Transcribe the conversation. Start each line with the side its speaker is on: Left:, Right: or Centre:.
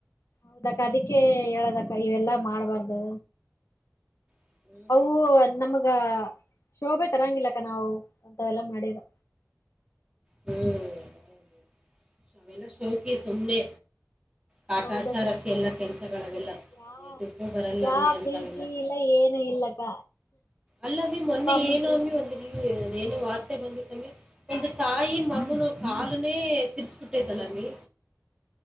Left: ಹೌದಕ್ಕಾ ಅದಕ್ಕೆ ಹೇಳದಕ್ಕಾ ಇವೆಲ್ಲಾ ಮಾಡ್ಬಾರ್ದು
Right: ಹ್ಮ್
Left: ಅವು ನಮಗ ಶೋಭೆ ತರಂಗಿಲ್ಲಕ್ಕಾ ನಾವು ಅಂತವೆಲ್ಲಾ ಮಾಡಿದರ
Right: ಹ್ಮ್ ಅದೇ ಅಮ್ಮಿ. ಅವೆಲ್ಲ ಶೌಕಿ ಸುಮ್ಮನೆ ಕಾಟಾಚಾರಕ್ಕೆ
Left: ಹೌದಕ್ಕ
Right: ಎಲ್ಲಾ ಕೆಲಸಗಳ ಅವೇಲ್ಲಾ
Left: ಯಾ
Right: ದುಡ್ಡು ಬರಲ್ಲಮ್ಮಿ
Left: ಯಾ
Right: ಅಂತಾವೆಲ್ಲ
Left: ಪ್ರೀತಿ
Right: ಕೆಲ್ಸಗಳು
Left: ಇಲ್ಲ ಏನು ಇಲ್ಲಕ್ಕ
Right: ಅಲ್ಲಾಮಿ ಮೊನ್ನೆ
Left: ಅಪ್ಪ ಅಮ್ಮನ್
Right: ಏನಿಮ್ಮೀ
Left: ಪ್ರೀತಿ
Right: ನೀ ಅದೇನೋ ವಾರ್ತೆ ಬಂದಿತ್ತಮ್ಮಿ ಒಂದು ತಾಯಿ ಮಗನು ಕಾಲನೇ ತಿರ್ಸಬಿಟ್ಟ ತಲ್ಲಮ್ಮೀ